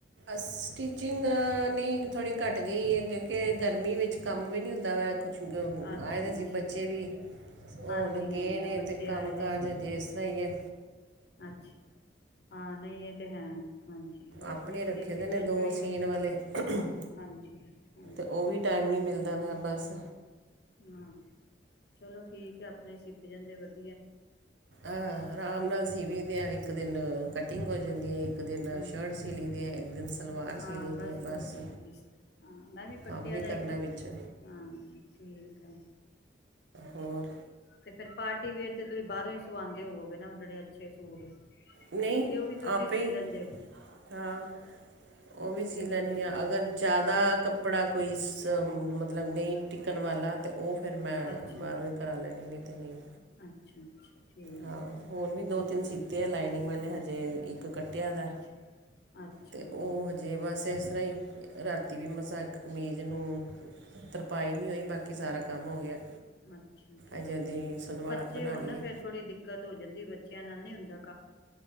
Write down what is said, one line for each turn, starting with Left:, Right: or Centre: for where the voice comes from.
Right: ਸਟੀਚਿੰਗ ਨਹੀਂ ਥੋੜ੍ਹੀ ਘੱਟ ਗਈ ਏ ਕਿਉਂਕਿ ਗਰਮੀ ਵਿੱਚ ਕੰਮ ਵੀ ਨਹੀਂ ਹੁੰਦਾ। ਹੁੰਦਾ ਵਾ ਕੁਛ
Left: ਅੱਛਾ
Right: <unintelligible> ਆਏ ਵੇ
Left: ਅੱਛਾ
Right: ਸੀ ਬੱਚੇ ਵੀ। ਓ
Left: ਹਾਂਜੀ
Right: ਹੁਣ ਗਏ
Left: ਹਾਂਜੀ
Right: ਨੇ
Left: ਹਾਂ ਬੱਚੇ
Right: ਤੇ ਕੰਮ-ਕਾਜ
Left: ਆਏ ਦੇ ਸੀ
Right: ਹਜੇ ਇਸ ਤਰ੍ਹਾਂ ਹੀ ਐ।
Left: ਅੱਛਾ, ਹਾਂ ਨਹੀਂ ਇਹ ਤੇ ਹੈ। ਹਾਂਜੀ, ਗਰਮੀ
Right: ਆਪਣੇ ਰੱਖੇ
Left: ਬੜੀ ਕਿਚਨ
Right: ਦੇ ਨੇ ਦੋ
Left: ਚੋਂ ਹੀ ਹੋ
Right: ਸੀਨ
Left: ਜਾਂਦੀ
Right: ਵਾਲੇ
Left: ਏ।
Right: ਅਤੇ
Left: ਹਾਂਜੀ, ਹੂੰ।
Right: ਉਹ ਵੀ ਟਾਈਮ ਨਹੀਂ ਮਿਲਦਾ ਵਾ ਬਸ
Left: ਹਾਂ ਚਲੋ ਠੀਕ ਏ, ਅਪਣੇ ਸਿੱਪ ਜਾਂਦੇ ਵਧ
Right: ਇਹ ਅਰਾਮ ਨਾਲ ਸੀਵੀ ਦੇ ਏਵ ਇੱਕ ਦਿਨ ਕਟਿੰਗ ਹੋ ਜਾਂਦੀ ਏ ਇੱਕ ਦਿਨ
Left: ਹਾਂਜੀ
Right: ਸ਼ਰਟ ਸੀ ਲਈ ਦੀ ਏ। ਇੱਕ ਦਿਨ ਸਲਵਾਰ
Left: ਹਾਂ
Right: ਸੀ ਲਈ ਦੀ ਏ
Left: ਹੋਰ
Right: ਬਸ।
Left: ਹਾਂ ਮੈਂ ਵੀ ਕੱਟਿਆ
Right: ਕੰਮ
Left: ਦਾ
Right: ਕਰਨਾ
Left: ਇੱਕ
Right: ਵਿੱਚ
Left: ਹਾਂ ਠੀਕ ਏ
Right: ਹੋਰ
Left: ਤੇ ਫੇਿਰ ਪਾਰਟੀ ਵੇਅਰ ਤੇ ਤੁਸੀਂ ਬਾਹਰੋਂ ਈ ਸਵਾਉਂਦੇ ਹੋਵੋਗੇ ਨਾ ਜਿਹੜੇ ਅੱਛੇ ਸੂਟ
Right: ਨਹੀਂ
Left: ਕੇ ੳਵੀ ਤੁਸੀਂ
Right: ਆਪੇ
Left: ਸੀ
Right: ਹੀ
Left: ਲੈਂਦੇ ੳ
Right: ਹਾਂ ਉਹ ਵੀ ਸੀ ਲੈਨੀ
Left: ਠੀਕ
Right: ਆ
Left: ਹੈ
Right: ਅਗਰ ਜ਼ਿਆਦਾ ਕੱਪੜਾ ਕੋਈ ਸ ਮਤਲਬ ਨਹੀ ਟਿਕਨ ਵਾਲਾ ਤੇ ਉਹ ਫਿਰ ਮੈਂ
Left: ਅੱਛਾ
Right: ਬਾਹਰੋਂ ਈ ਕਰਾ ਲੈਂਨੀ ਨਹੀਂ ਤੇ ਨਹੀਂ
Left: ਅੱਛਾ ਅੱਛਾ ਠੀਕ
Right: ਹਾਂ
Left: ਹੈ
Right: ਹੁਨ ਵੀ ਦੋ ਤਿੰਨ ਸੀਤੇ
Left: ਅੱਛਾ
Right: ਆ ਲਾਈਨਿੰਗ ਵਾਲੇ ਹਜੇ ਇੱਕ ਕੱਟਿਆ ਦਾ
Left: ਅੱਛਾ ਅੱਛਾ
Right: ਤੇ ਉਹ ਹਜੇ ਬਸ ਇਸ ਤਰ੍ਹਾਂ ਈ ਰਾਤੀ ਵੀ ਮਸਾਂ ਇੱਕ ਕਮੀਜ਼ ਨੂੰ ਤਰਪਾਈ ਨਹੀਂ
Left: ਹਮ
Right: ਹੋਈ ਬਾਕੀ ਸਾਰਾ ਕੰਮ ਹੋ ਗਿਆ
Left: ਅੱਛਾ ਚਲੋ
Right: ਅਜੇ ਉਹਦੀ ਸਲਵਾਰ
Left: ਬੱਚੇ
Right: ਬਣਾਉਣੀ
Left: ਹੋਨ ਨਾ
Right: ਹੈ
Left: ਫੇਿਰ ਥੋੜ੍ਹੀ ਦਿੱਕਤ ਹੋ ਜਾਂਦੀ ਬੱਚਿਆਂ ਨਾਲ ਨਹੀ ਹੁੰਦਾ